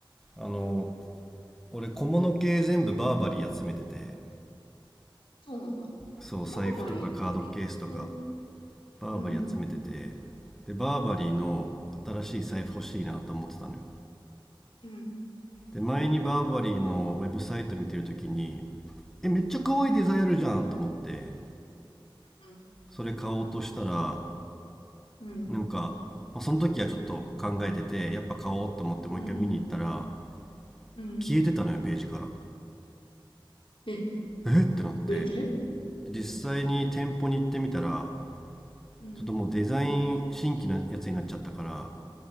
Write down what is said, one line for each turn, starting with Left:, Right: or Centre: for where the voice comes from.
Centre: あの、
Left: うん。
Centre: 俺小物系全部バーバリー集めてて、
Left: そうなんだ。
Centre: そう、
Left: バーバリーって結構、
Centre: 財布とかカードケースとか、バーバリー集めてて、
Left: うん、
Centre: で、バーバリーの新しい財布欲しいなと思ってたのよ。
Left: かわいい。うん、
Centre: で、前にバーバリーのウェブサイト見てるときに、え、めっちゃ可愛いデザインあるじゃんと思って、
Left: うん、うん、
Centre: それ買おうとしたら、
Left: うん、
Centre: なんか、まあ、その時はちょっと考えてて、やっぱ買おうと思ってもう一回見に行ったら、
Left: うん、うん。
Centre: 消えてたのよ、ページから。
Left: え、
Centre: えってなって、
Left: 売り切れ
Centre: 実際に店舗に行ってみたら、
Left: うん、うん。
Centre: ちょっともうデザイン新規のやつになっちゃったから、